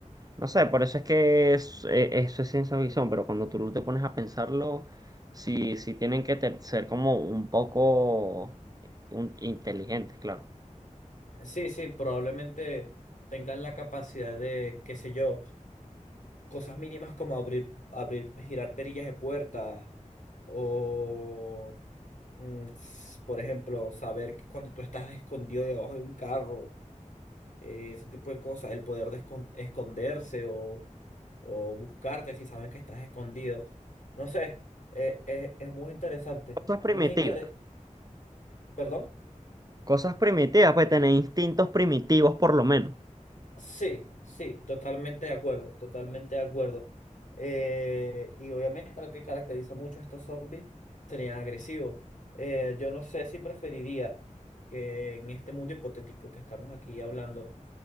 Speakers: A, on the right (about 30°); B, on the left (about 70°).
A: No sé, por eso es que es- e- eso es ciencia ficción, pero cuando tú te pones a pensarlo, sí, sí tienen que te- ser como un poco un- inteligentes, claro.
B: sí, sí, probablemente tengan la capacidad de, qué sé yo, cosas mínimas como abrir, abrir, girar perillas de puertas o, mm, s- por ejemplo, saber que cuando tú estás escondido debajo de un carro eh, ese tipo de cosas, el poder de escon- esconderse o, o buscarte si saben que estás escondido. No sé, eh, eh, es muy interesante.
A: Cosas primitivas,
B: Más interés, ¿perdón?
A: cosas primitivas, pues tener instintos primitivos por lo menos.
B: Sí, sí, totalmente de acuerdo, totalmente de acuerdo. Eh, y obviamente lo que caracteriza mucho a estos zombies serían agresivos. Eh, yo no sé si preferiría que en este mundo hipotético que estamos aquí hablando,